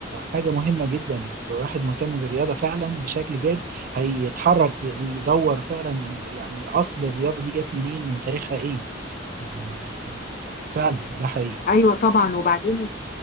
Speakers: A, on the right; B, on the left.
A: حاجة مهمة جدا يعني لو الواحد مهتم بالرياضة فعلا بشكل جاد هيتحرك ب- ويدور فعلا ال- يعني أصل الرياضة دي جت منين وتاريخها إيه يعني فعلا ده حقيقي
B: أيوة طبعا وبعدين